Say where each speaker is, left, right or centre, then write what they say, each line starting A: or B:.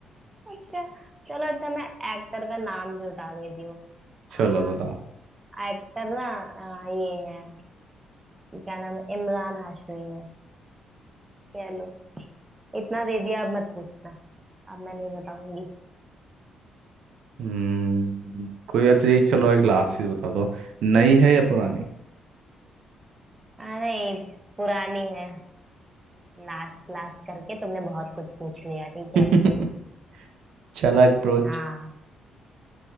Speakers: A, on the right (about 20°); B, on the right (about 75°).
A: अच्छा चलो अच्छा मैं एक्टर का नाम भी बता देती हूँ आ,
B: चलो बताओ
A: एक्टर ना आ, ये है आ, क्या नाम है इमरान हाशमी है चलो इतना दे दिया अब मत पूछना अब मैं नहीं बताऊंगी
B: हम्म कोई अच्छा ये चलो एक लास्ट चीज बता दो नई है या पुरानी
A: आ, नहीं पुरानी है लास्ट लास्ट करके तुमने बहुत कुछ पूछ लिया ठीक
B: <laughs>
A: है
B: चालाक ब्रो
A: हाँ